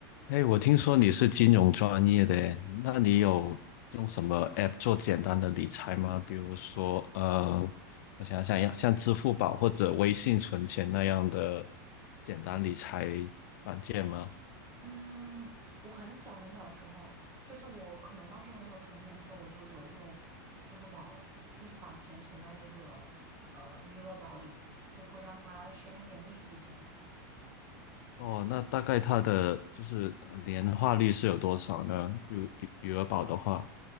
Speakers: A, on the left (about 60°); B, on the right (about 20°).
A: 哎，我听说你是金融专业的诶，那你有用什么 app 做简单的理财吗？比如说，呃，我想想要像支付宝或者微信存钱那样的简单理财软件吗？
B: 嗯，我很小很小的时候，就是我可能当时还没有成年的时候，我就有用支付宝了，就是把钱存在那个呃余额宝里面，就会让它生一点利息这样子。
A: 哦，那大概它的就是呃年化率是有多少呢？余余余额宝的话，